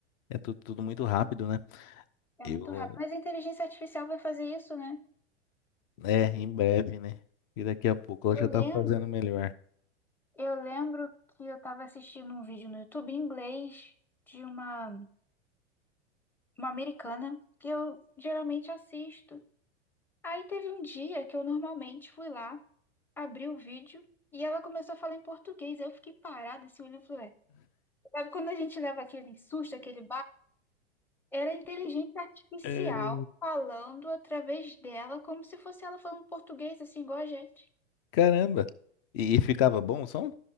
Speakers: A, on the left; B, in the centre.
A: é tudo, tudo muito rápido, né?
B: É
A: Eu,
B: muito rápido. Mas a inteligência artificial vai fazer isso, né?
A: é, em breve, né? E daqui a pouco
B: Eu
A: ela já tá
B: lembro,
A: fazendo melhor.
B: eu lembro que eu estava assistindo um vídeo no YouTube em inglês de uma, uma americana que eu geralmente assisto. Aí teve um dia que eu normalmente fui lá, abri o vídeo e ela começou a falar em português. Aí eu fiquei parada, assim, olhando e falei, "Ué, sabe quando a gente leva aquele susto, aquele Era inteligência artificial
A: É.
B: falando através dela, como se fosse ela falando português, assim, igual a gente.
A: Caramba! E, e ficava bom o som?